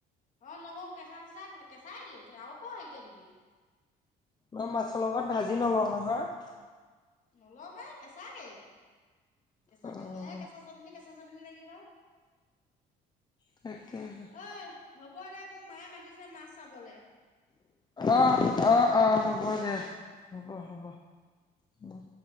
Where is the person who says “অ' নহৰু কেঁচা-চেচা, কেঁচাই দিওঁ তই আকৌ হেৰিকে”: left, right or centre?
Left